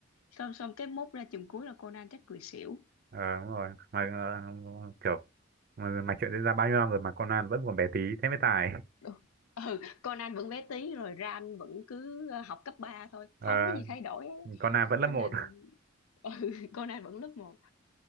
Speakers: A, on the left; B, on the right.
A: xong xong cái mốt ra chùm cuối là Conan chắc cười xỉu
B: Ờ, đúng rồi. Mà ờ, kiểu mà, mà chuyện diễn ra bao nhiêu năm rồi mà Conan vẫn còn bé tí thế mới tài.
A: ừ ừ, Conan vẫn bé tí rồi Ran vẫn cứ ờ, học cấp 3 thôi
B: Ờ,
A: không có gì thay đổi
B: Conan vẫn lớp
A: nên
B: một.
A: là
B: <laughs>
A: <laughs> ừ, cô này vẫn lớp một.